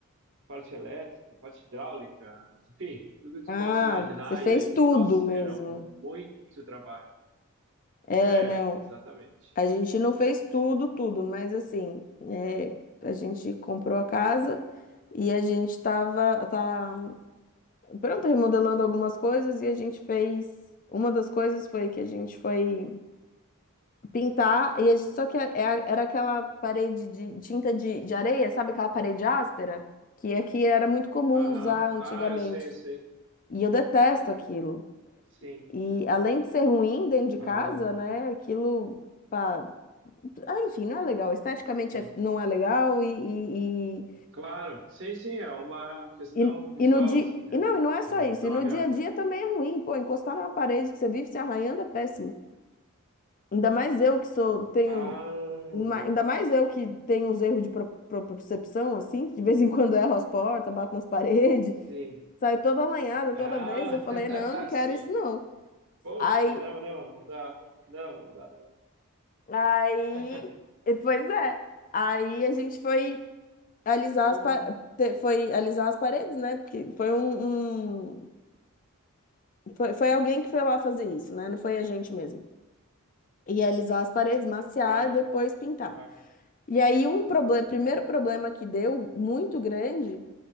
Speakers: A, on the right; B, on the left.
A: parte elétrica, parte hidráulica, enfim, tudo que
B: Ah,
A: você possa imaginar.
B: você fez
A: E aí,
B: tudo
A: nossa,
B: mesmo.
A: era um muito trabalho.
B: É,
A: É,
B: não.
A: exatamente.
B: A gente não fez tudo, tudo, mas assim, é, a gente comprou a casa e a gente tava, tá, pronto, remodelando algumas coisas e a gente fez. Uma das coisas foi que a gente foi pintar, e a gente- só que é- é- era aquela parede de tinta de, de areia, sabe aquela parede áspera? Que aqui era muito comum
A: Aham.
B: usar antigamente.
A: Ah, eu sei, eu sei.
B: E eu detesto aquilo.
A: Sim.
B: E além de ser ruim dentro de
A: Ah,
B: casa, né? Aquilo, pá, ah, enfim, não é legal. Esteticamente
A: sim.
B: é- não é legal e, e,
A: Claro. Sim, sim, é uma questão
B: e, e-
A: visual,
B: e no dia.
A: assim, né?
B: E não, e não é só
A: Não,
B: isso.
A: não
B: E no
A: agrada.
B: dia a dia também é ruim, pô. Encostar numa parede que você vive se arranhando é péssimo. Ainda mais eu que sou, tenho.
A: Ah,
B: ma-
A: boa.
B: Ainda mais eu que tenho uns erros de pro- propriocepção, assim, que de vez em quando erro as portas, bato nas paredes,
A: Sim.
B: <laughs> saio toda alanhada toda
A: Ah,
B: vez. Eu falei, não, eu não quero
A: <laughs> sim.
B: isso, não.
A: Poxa,
B: Aí
A: não, não, não dá. Não, não dá, não.
B: Aí,
A: <laughs>
B: e- pois é. Aí a gente foi alisar
A: Porra,
B: as pa- te- foi alisar as paredes, né? Porque foi um, um- foi, foi alguém que foi lá fazer isso, né? Não foi a gente mesmo. E alisar as paredes, maciar,
A: claro,
B: e depois pintar.
A: claro.
B: E aí um problema, primeiro problema que deu muito grande